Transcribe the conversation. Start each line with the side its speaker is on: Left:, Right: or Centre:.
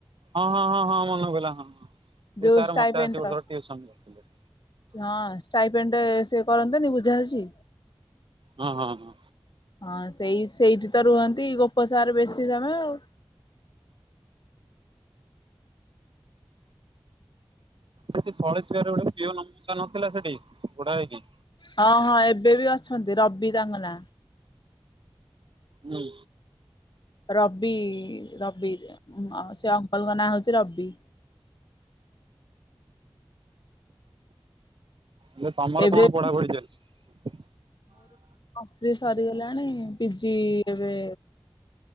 Right: ହଁ ହଁ ହଁ ହଁ ମନ ପଇଲା ହଁ ହଁ ସେ
Left: ଯୋଉ
Right: ସାର୍
Left: ଷ୍ଟାଇପେଣ୍ଟ
Right: ମତେ ଆସି ଗୋଟେ
Left: ର
Right: ଥର ଟିଉସନ୍ କରଥିଲେ।
Left: ହଁ ଷ୍ଟାଇପେଣ୍ଡ ସେ କରନ୍ତନି ବୁଝା ବୁଝି।
Right: ହଁ ହଁ ହଁ।
Left: ହଁ ସେଇ ସେଇଠି ତ ରୁହନ୍ତି ଗୋପସାର ବେଶୀ ସମୟ ଆଉ।
Right: ସେଠୀ <unintelligible> ପିଅନ ମଉସା ନଥିଲା ସେଠି ବୁଢା ହେଇକି।
Left: ହଁ ହଁ ଏବେ ବି ଅଛନ୍ତି ରବି ତାଙ୍କ ନାଁ।
Right: ହୁଁ
Left: ରବି ରବି ଆଉ ସେ ଅଙ୍କଲଙ୍କ ନାଁ ହଉଛି ରବି।
Right: ହେଲେ ତମର
Left: ଏବେ
Right: କଣ ପଢାପଢି ଚାଲିଛି।
Left: ସ୍ତ୍ରୀ ସରିଗଲାଣି ପିଜି ଏବେ